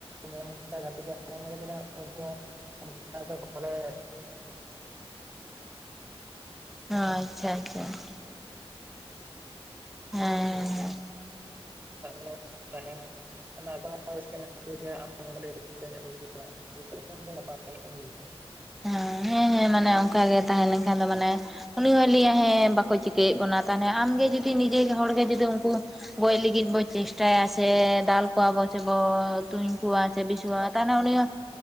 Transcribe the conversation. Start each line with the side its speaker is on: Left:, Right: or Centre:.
Right: ᱢᱮ ᱚᱱᱠᱟᱛᱮ ᱩᱱᱠᱩ ᱦᱚᱸ ᱚᱱᱠᱟ ᱫᱚ ᱵᱟᱞᱮ
Centre: ᱚ ᱟᱪᱪᱷᱟ ᱟᱪᱪᱷᱟ ᱟᱪᱪᱷᱟ ᱦᱮᱸ ᱦᱮᱸ
Right: <inaudible> <inaudible> <inaudible> <inaudible>
Centre: ᱦᱮᱸ ᱦᱮᱸ ᱢᱟᱱᱮ ᱚᱱᱠᱟ ᱜᱮ ᱛᱟᱦᱮᱸ ᱞᱮᱱᱠᱷᱟᱱ ᱫᱚ ᱢᱟᱱᱮ ᱩᱱᱤ ᱦᱚᱸᱭ ᱞᱟᱹᱭᱟ ᱦᱮᱸ ᱵᱟᱠᱚ ᱪᱤᱠᱟᱹᱭᱮᱫ ᱵᱚᱱᱟ ᱛᱟᱦᱚᱞᱮ ᱟᱢᱜᱮ ᱡᱩᱫᱤ ᱱᱤᱡᱮ ᱦᱚᱲᱜᱮ ᱡᱩᱫᱤ ᱩᱱᱠᱩ ᱜᱚᱡᱽ ᱞᱟᱜᱤᱫ ᱵᱚ ᱪᱮᱥᱴᱟᱭᱟ ᱥᱮ ᱫᱟᱞ ᱠᱚᱣᱟ ᱵᱚ ᱪᱮ ᱵᱚ ᱛᱩᱧ ᱠᱚᱣᱟᱪᱮ ᱵᱤᱥ ᱵᱚ ᱮᱢᱟᱠᱚᱣᱟ ᱛᱟᱦᱞᱮ ᱩᱱᱤ ᱦᱚᱸ